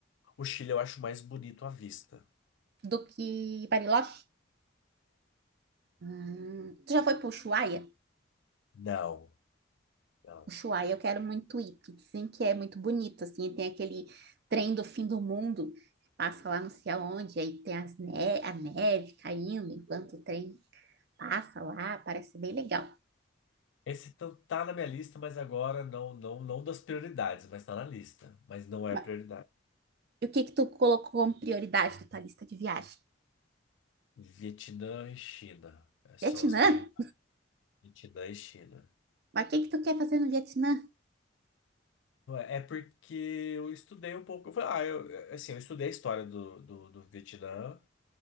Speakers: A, on the left; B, on the right.
A: O Chile eu acho mais bonito à vista.
B: Do que Bariloche? Hum, tu já foi pro Ushuaia?
A: Não, não.
B: Ushuaia, eu quero muito ir, porque dizem que é muito bonito, assim, tem aquele trem do fim do mundo, que passa lá não sei aonde, aí tem as ne a neve caindo enquanto o trem passa lá, parece bem legal.
A: Esse tá tá na minha lista, mas agora não, não, não das prioridades, mas tá na lista. Mas não é
B: Ma-
A: prioridade.
B: E o que que tu colocou como prioridade da tua lista de viagem?
A: Vietnã e China. É só
B: Vietnã?
A: as prioridades. Vietnã e China.
B: Mas o que que tu quer fazer no Vietnã?
A: É porque eu estudei um pouco. Eu falei, ah, eu, assim, eu estudei a história do, do, do Vietnã